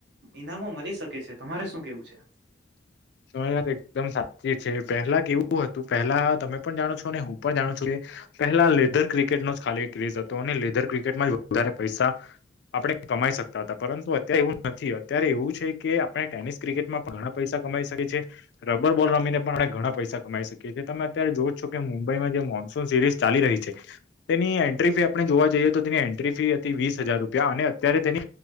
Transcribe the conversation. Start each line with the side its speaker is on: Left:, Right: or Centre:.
Right: ઇનામો મલી શકે છે તમારે શું કેવું છે?
Left: <inaudible> તમારી વાત એકદમ સાચી છે પહેલા કેવું હતું પેલા તમે પણ જાણો છો અને હું પણ જાણું છું કે પહેલા લેધર ક્રિકેટ નો જ ખાલી ક્રેઝ હતો અને લેધર ક્રિકેટમાં વધારે પૈસા આપણે કમાઈ શકતા હતા પરંતુ અત્યારે એવું નથી અત્યારે એવું છે કે આપણે ટેનિસ ક્રિકેટમાં ઘણા પૈસા કમાઇ શકે છે રબર બોલ રમીને પણ આપણે ઘણા પૈસા કમાઈ શકીએ છીએ તમે અત્યારે જો છો કે મુંબઈમાં જે સિરીઝ ચાલી રહી છે તેની એન્ટ્રી ફી આપણે જોવા જઈએ તો તેની એન્ટ્રી ફી હતી વીસ હજાર રૂપિયા અને અત્યારે તેની